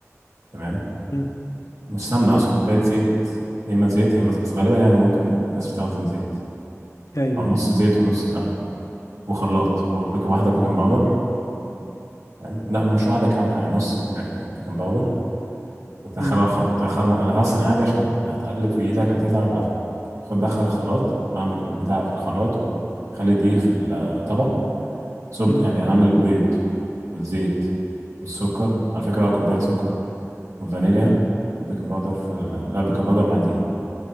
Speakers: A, on the right (about 75°); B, on the left (about 85°).
A: تمام
B: مم.
A: مش سمنة أصلا كوباية زيت يا إما زيت يا إما بس غالبا يعني ممكن الناس بتستخدم زيت
B: ايوه
A: أو نص
B: ايوه
A: زيت ونص سمنة وخلاط وبيك- واحدة بيكنج باودر تمام لا مش واحدة كاملة يعني نص بيك- بيكنج باودر وتدخلها
B: مم.
A: الخلاط تدخلها الم- أحسن حاجة عشان هتقلب في إيدك هتتعب هت- خد دخل الخلاط أعمل البتاع في الخلاط وخلي دي في الطبق صب
B: مم.
A: يعني أعمل البيض والزيت والسكر على فكرة بقى كوباية سكر والفانيليا
B: اه
A: والبيكنج باودر في ال- لا البيكنج باودر مع الدقيق